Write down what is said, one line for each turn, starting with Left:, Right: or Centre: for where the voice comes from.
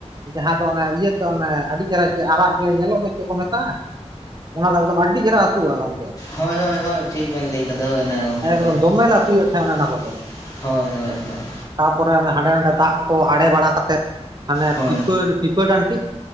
Right: ᱡᱟᱦᱟᱸ ᱫᱚ ᱚᱱᱮ ᱤᱭᱟᱹ ᱛᱚ ᱚᱱᱮ ᱟᱹᱰᱤ ᱪᱮᱦᱮᱨᱟ ᱪᱮᱫ ᱟᱨᱟᱜ ᱜᱮ ᱧᱮᱞᱚᱜ ᱫᱚ ᱪᱮᱫ ᱠᱚ ᱢᱮᱛᱟᱜᱼᱟ? ᱚᱱᱟ ᱫᱚ ᱮᱠᱫᱚᱢ ᱟᱹᱰᱤ ᱫᱮᱦᱮᱨᱟ ᱟᱹᱛᱩᱜᱼᱟ ᱜᱚᱢᱠᱮ᱾
Left: ᱦᱳᱭ ᱦᱳᱭ ᱦᱳᱭ ᱴᱷᱤᱠ ᱵᱮᱱ ᱞᱟᱹᱭ ᱠᱟᱫᱟ ᱦᱳᱭ ᱜᱚᱢᱠᱮ
Right: ᱮᱠᱫᱚᱢ
Left: ᱦᱳᱭ <inaudible>
Right: ᱫᱚᱢᱮ ᱞᱮ ᱟᱹᱛᱩᱭᱮᱫ ᱛᱟᱦᱮᱸ ᱚᱱᱮ ᱚᱱᱟ ᱠᱚᱫᱚ
Left: ᱦᱳᱭ ᱦᱳᱭ ᱦᱳᱭ
Right: ᱛᱟᱯᱚᱨᱮ ᱚᱱᱮ ᱦᱟᱸᱰᱮ ᱱᱟᱰᱮ ᱫᱟᱜ ᱠᱚ ᱟᱲᱮ ᱵᱟᱲᱟ ᱠᱟᱛᱮᱫ ᱦᱟᱱᱮ
Left: ᱦᱳᱭ
Right: ᱯᱤᱯᱟᱹ ᱯᱤᱯᱟᱹ ᱰᱟᱹᱸᱴᱤᱡ